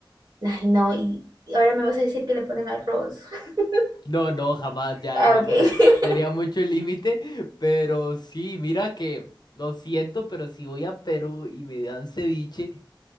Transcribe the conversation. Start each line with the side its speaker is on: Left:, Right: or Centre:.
Right: ay, no, y y ahora me vas a decir que le ponen arroz. <laughs>
Left: No, no, jamás, ya
Right: Ah,
Left: digamos,
Right: ok. <laughs>
Left: sería mucho el límite, pero sí, mira que lo siento, pero si voy a Perú y me dan ceviche,